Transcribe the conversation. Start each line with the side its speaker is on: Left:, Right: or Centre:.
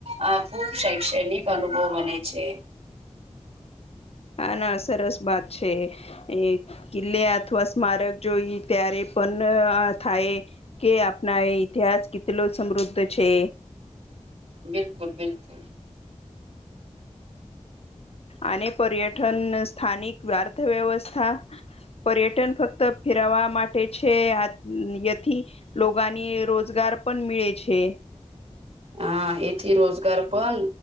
Right: આ ખુબ શૈક્ષણિક અનુભવ બને છે.
Left: હા ના સરસ વાત છે. એ કિલ્લે અથવા સ્મારક જોઈ ત્યારે પણ થાય. કે આપણા એ ઇતિહાસ કેટલો સમૃદ્ધ છે.
Right: બિલકુલ બિલકુલ.
Left: અને પર્યટન સ્થાનિક વ્યાર્થ વ્યવસ્થા પર્યટન ફક્ત ફેરવા માટે છે, આત યથી લોગાની રોજગાર પણ મીડે છે
Right: હા એથી રોજગાર પણ